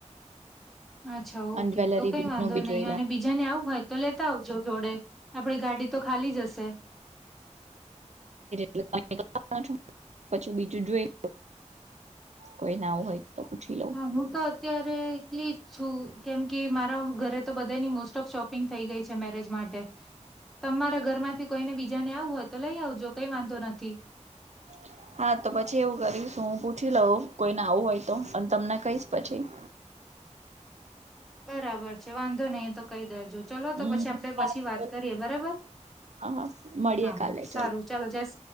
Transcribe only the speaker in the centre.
અચ્છા ઓકે
તો કઈ વાંધો
નહીં
અને બીજા ને આવું હોય તો લેતા આવજો જોડે આપડી ગાડી તો ખાલી જશે.
હા હું તો અત્યાર એકલી જ છું કેમ કે મારા ઘરે તો બધાની મોસ્ટ ઓફ શોપિંગ થઈ ગઈ છે મેરેજ માટે. તમારા ઘરમાંથી કોઈને બીજાને આવું હોય તો લઈ આવજો કઈ વાંધો નથી.
બરાબર છે વાંધો નહી તો કઈ દેજો. ચલો
તો પછી આપડે
પછી વાત કરીએ બરાબર
હા હા
સારું ચાલો જસ